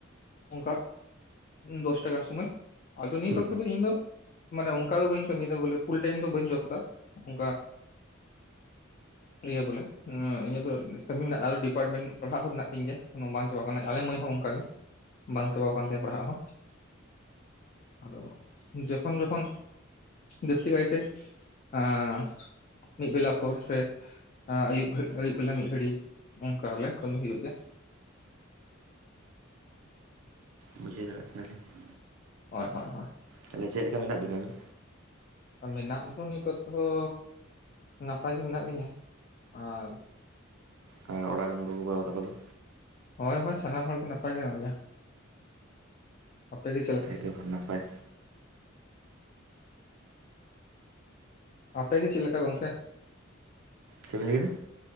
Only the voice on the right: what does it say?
ᱦᱩᱸ
ᱵᱩᱡᱷᱟᱹᱣ ᱫᱟᱲᱮᱭᱟᱜ ᱠᱟᱱᱟ ᱞᱤᱧ ᱾
ᱛᱟᱦᱚᱞᱮ ᱪᱮᱫ ᱞᱮᱠᱟ ᱢᱮᱱᱟᱜ ᱵᱤᱱᱟᱹ ᱟᱹᱵᱤᱱ?
ᱦᱮᱸ ᱚᱲᱟᱜ ᱨᱮᱱ ᱜᱚᱜᱚ ᱵᱟᱵᱟ ᱛᱟᱠᱚ ᱫᱚ?
ᱟᱞᱮ ᱦᱚᱸ ᱱᱟᱯᱟᱭ᱾
ᱪᱮᱫ ᱵᱤᱱ ᱞᱟᱹᱭ ᱠᱮᱫᱟ?